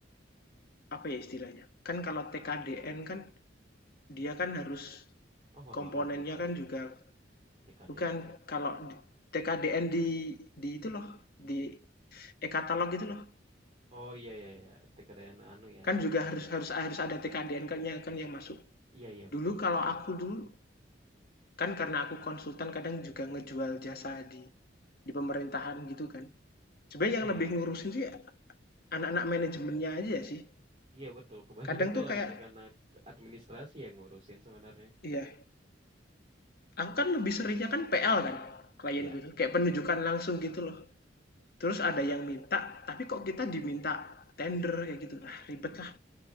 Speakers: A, on the left; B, on the right.
A: apa ya istilahnya? Kan kalau TKDN kan dia kan harus
B: oh honorer
A: komponennya
B: gitu.
A: kan juga
B: TKDN.
A: bukan kalau di- TKDN di di itu loh di e-katalog itu loh
B: Oh iya iya iya, TKDN anu ya.
A: Kan juga harus harus harus ada TKDN-nya kan yang masuk.
B: Iya iya betul
A: Dulu kalau
B: betul.
A: aku dulu kan karena aku konsultan kadang juga ngejual jasa di di pemerintahan gitu kan. Sebenarnya
B: Masa?
A: yang lebih ngurusin sih anak-anak manajemennya aja sih.
B: Iya betul, kebanyakan
A: Kadang
B: tuh
A: tuh kayak
B: anak-anak administrasi yang ngurusin sebenarnya.
A: iya, aku kan lebih seringnya kan PL kan klien
B: Iya,
A: gitu, kayak penunjukan langsung gitu loh. Terus ada yang minta, tapi kok kita diminta tender kayak gitu. Ah, ribet lah.